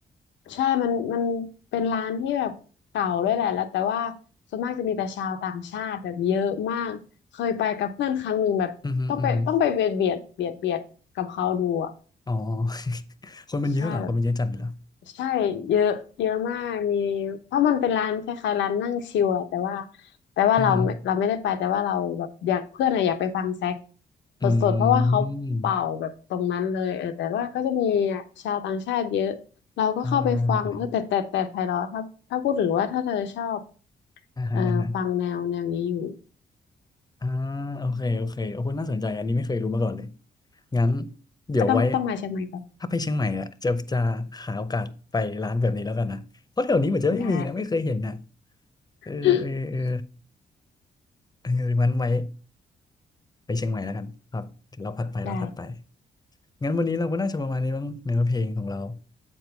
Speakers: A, on the left (about 85°); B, on the left (about 20°).
A: ใช่มันมันเป็นร้านที่แบบเก่าด้วยแหละแล้วแต่ว่าส่วนมากจะมีแต่ชาวต่างชาติแบบเยอะมาก เคยไปกับเพื่อนครั้งหนึ่งแบบต้องไปต้องไปเบียดเบียดเบียดเบียดกับเขาดูอ่ะ
B: อือฮึอือฮึอ๋อ <laughs> คนมันเยอะเหรอคนมันเยอะจัดเลยเหรอ
A: ใช่แบบ ใช่เยอะเยอะมากมีเพราะมันเป็นร้านคล้ายๆร้านนั่งชิลอะแต่ว่าแต่ว่าเราไม่เราไม่ได้ไปแต่ว่าเราแบบอยากเพื่อนอะอยากไปฟังแซก
B: อือฮึอืม
A: สดๆเพราะว่าเขาเป่าแบบตรงนั้นเลยเออแต่ว่าก็จะมีชาวต่างชาติเยอะเราก็เข้าไปฟังเออแต่แต่แต่ไพเราะถ้าถ้าพูดถึงว่าถ้าเธอชอบ
B: อ่าอ่าฮะอ่าฮะ
A: เอ่อฟังแนวแนวนี้อยู่
B: อ่าโอเคโอเคโอ้โหน่าสนใจอันนี้ไม่เคยรู้มาก่อนเลยงั้นเดี๋ยวไว้
A: ก็ต้องต้องมาเชียงใหม่ก็
B: ถ้าไปเชียงใหม่อ่ะจะจะหาโอกาสไปร้านแบบนี้แล้วกันนะเพราะแถวนี้เหมือนจะไม่มีนะไม่เคยเห็นนะ
A: ได้
B: เออเออเออ
A: <laughs>
B: เอองั้นไว้ไปเชียงใหม่แล้วกันครับเดี๋ยวเราผัดไปเราถัดไป
A: ได้
B: งั้นวันนี้เราก็น่าจะประมาณนี้บ้างเนื้อเพลงของเรา